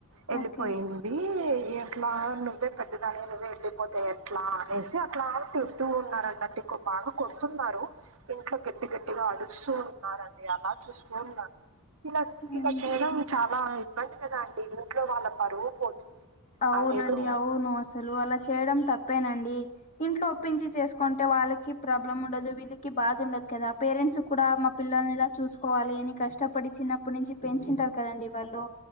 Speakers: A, on the right (about 65°); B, on the left (about 35°).
A: వెళ్ళిపోయింది
B: ఓకే
A: ఎట్లా నువ్వే పెద్దదానివి నువ్వే వెళ్ళిపోతె ఎట్లా అనేసి అట్లానే తిడుతూ ఉన్నారంట అండి బాగా కొడుతున్నారు ఇంట్లో గట్టి గట్టిగా అడుస్తూ ఉన్నారండి అలా చూస్తూ ఉన్నాను ఇలా
B: ఉమ్.
A: ఇలా చేయడం చాలా ఇబ్బంది కదా అండి ఇంట్లో వాళ్ళ పరువు పోతుంది
B: అవునండి
A: అదేదో
B: అవును అసలు అలా చేయడం తప్పేనండి ఇంట్లో ఒప్పించి చేసుకుంటే వాళ్ళకి ప్రాబ్లం ఉండదు వీళ్ళకి బాధ ఉండదు కదా పేరెంట్స్ కూడా మా పిల్లల్ని ఇలా చూసుకోవాలి అని కష్టపడి చిన్నప్పటి నుంచి పెంచుంటారు కదండి వాళ్ళు